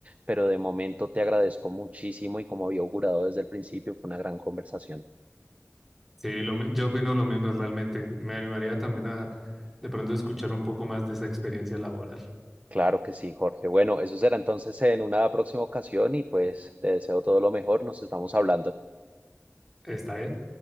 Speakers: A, on the right (about 30°); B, in the centre.
A: pero de momento te agradezco muchísimo y como había augurado desde el principio, fue una gran conversación.
B: Sí, lo mi- yo opino lo mismo, realmente. Me animaría también a de pronto escuchar un poco más de esa experiencia laboral.
A: Claro que sí, Jorge. Bueno, eso será entonces en una próxima ocasión y pues te deseo todo lo mejor, nos estamos hablando.
B: ¿Está bien?